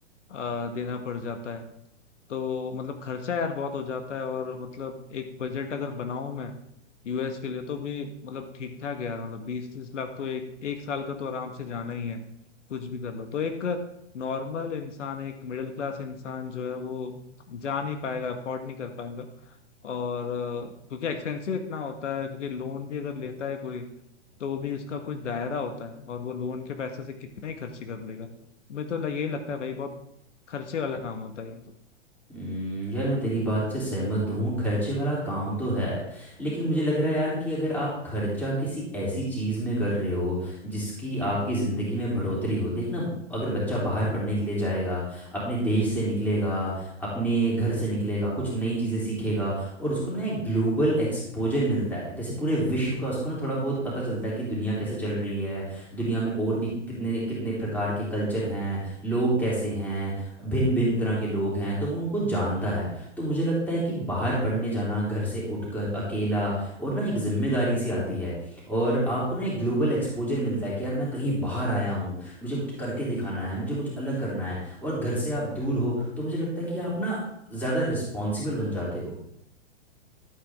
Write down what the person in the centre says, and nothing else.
हम्म, यार मैं तेरी बात से सहमत तो हूँ खर्चे वाला काम तो है लेकिन मुझे लग रहा है यार कि अगर आप खर्चा किसी ऐसी चीज़ में कर रहे हो जिसकी आपकी ज़िंदगी में बढ़ोतरी हो देखना अगर बच्चा बाहर पढ़ने के लिए जाएगा अपने देश से निकलेगा अपने घर से निकलेगा कुछ नई चीज़ें सीखेगा और उसको ना एक ग्लोबल एक्सपोजर मिलता है जैसे पूरे विश्व का उसको ना थोड़ा बहुत पता चलता है कि दुनिया कैसे चल रही है दुनिया में और भी कितने
कितने प्रकार के कल्चर हैं लोग कैसे हैं भिन्न भिन्न तरह के लोग हैं तो वो उनको जानता है तो मुझे लगता है कि बाहर पढ़ने जाना घर से उठकर अकेला और ना एक जिम्मेदारी सी आती है और आपको ना एक ग्लोबल एक्सपोजर मिलता है कि यार मैं कहीं बाहर आया हूँ मुझे कुछ करके दिखाना है मुझे कुछ अलग करना है और घर से आप दूर हो तो मुझे लगता है कि आप ना ज़्यादा रिस्पॉन्सिबल बन जाते हो